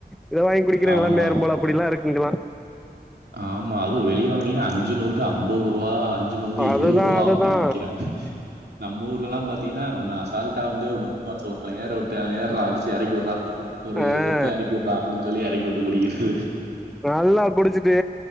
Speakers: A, in the centre; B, on the right.
A: இத வாங்கி குடிக்கிற
B: ஆமா.
A: நெலம ஆயிரு போல அப்டிலாம் இருக்கு இங்கலா
B: ஆமா அது வெளிய வாங்குனீங்கன்னா அஞ்சு நொங்கு அம்பொதுருவா அஞ் சு நொங்கு
A: அதுதா
B: எழுவோ ரூவா
A: அதுதா
B: அப்டி விக்கிறாங்க நம்ம ஊர்லலா பாத்தீங்கன்னா நம்ம அசால்டா வந்து நுங்கு வருஷோ ஒருத்தே ஏற வுட்டு ஏர்றா அடிச்சி எறக்கி விட்றா ஒரு
A: ஆ
B: கொப்ப எறக்கி வுர்றா அப்டின் சொல்லி எறக்கி வுட்டு குடிக்கறது
A: நல்லா குடிச்சுட்டு